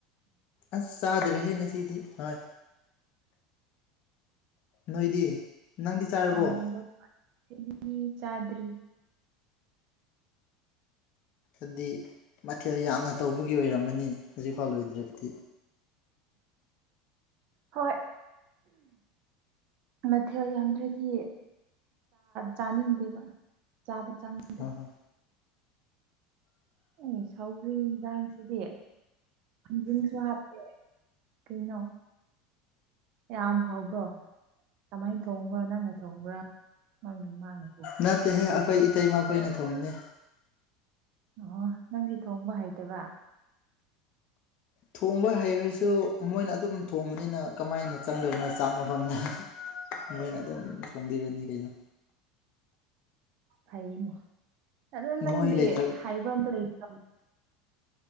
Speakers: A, on the left; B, on the right.
A: ꯑꯁ ꯆꯥꯗ꯭ꯔꯦꯍꯦꯛ ꯉꯁꯤꯗꯤ ꯍꯣꯏ ꯅꯣꯏꯗꯤ ꯅꯪꯗꯤ ꯆꯥꯔꯕꯣ
B: ꯍꯥꯎꯔꯝꯗꯧ ꯃꯥꯜ <unintelligible> ꯆꯥꯗ꯭ꯔꯤ
A: ꯑꯠꯗꯤ ꯃꯊꯦꯜ ꯌꯥꯝꯅ ꯇꯧꯕꯒꯤ ꯑꯣꯏꯔꯝꯃꯅꯤ ꯍꯧꯖꯤꯛꯐꯥꯎ ꯂꫭꯏꯗ꯭ꯔꯗꯤ
B: ꯍꯣꯏ ꯃꯊꯦꯜ ꯌꯥꯝꯗ꯭ꯔꯗꯤ ꯆꯥꯅꯤꯡꯗꯦꯕ ꯆꯥꯕ ꯆꯥꯅꯤꯡ
A: ꯍꯥ ꯍꯥ
B: ꯑꯩ ꯁꯧꯒ꯭ꯔꯤ ꯌꯦꯟꯁꯥꯡꯁꯤꯗꯤ ꯈꯖꯤꯡꯁꯨ ꯍꯥꯞꯇꯦ ꯀꯩꯅꯣ ꯌꯥꯝ ꯍꯥꯎꯕ꯭ꯔꯣ ꯀꯃꯥꯏꯅ ꯊꯣꯡꯕ꯭ꯔꯣ ꯅꯪꯅ ꯊꯣꯡꯕ꯭ꯔꯥ ꯃꯥꯒꯤꯅ ꯃꯥꯜꯂꯦ
A: ꯅꯠꯇꯦꯍꯦ ꯑꯩꯈꯣꯏ ꯏꯇꯩ ꯃꯈꯣꯏꯅ ꯊꫭꯡꯕꯅꯦ
B: ꯑꯣ ꯅꯪꯗꯤ ꯊꯣꯡꯕ ꯍꯩꯇꯕ
A: ꯊꯣꯡꯕ ꯍꯩꯔꯁꯨ ꯃꯣꯏꯅ ꯑꯗꯨꯝ ꯊꯣꯡꯕꯅꯤꯅ ꯀꯃꯥꯏꯅ ꯆꯪꯗꯣꯏꯕꯅꯣ ꯆꯥꯛꯅꯐꯝꯗ ꯃꯣꯏꯅ ꯑꯗꯨꯝ ꯊꫭꯡꯕꯤꯔꯅꯤ ꯀꯩꯅꯣ
B: ꯐꯅꯦ ꯑꯗꯨ ꯅꯪꯗꯤ
A: ꯃꯣꯏ ꯂꯩꯇ꯭ꯔ
B: ꯍꯥꯏꯕ ꯑꯝꯇ ꯂꯩꯇ